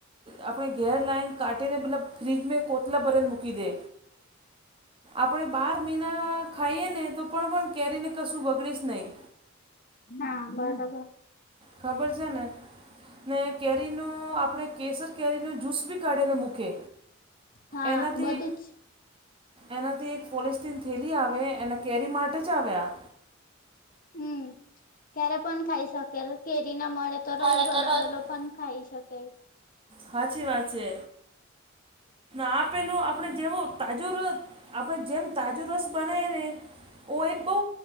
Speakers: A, on the right; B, on the left.
A: આપણે ઘેર લાઈન કાઢીને મતલબ ફ્રીજમાં કોતલા ભરેને મૂકી દે. આપણે બાર મહિના ખાઈએ ને તો પણ ણ કેરીને કશું બગડીશ નહીં.
B: હા બરાબર.
A: ખબર છે ને ને કેરીનો આપણે કેસર કેરીનો જ્યુસ બી કાઢેને મૂકે
B: હા
A: એનાથી
B: બધું જ
A: એનાથી એક પોલીસથીન થેલી આવે એના કેરી માટે જ આવે આ
B: હમ ક્યારે પણ ખાઈ શકે કેરી ના મળે તો રસ
A: મારે
B: બનાવેલો
A: તો રસ
B: પણ ખાઈ શકે
A: હાચી વા છે આ પેલું આપણે જેવો તાજો ર આપણે જેમ તાજો રસ બનાય ને ઓ એક બહુ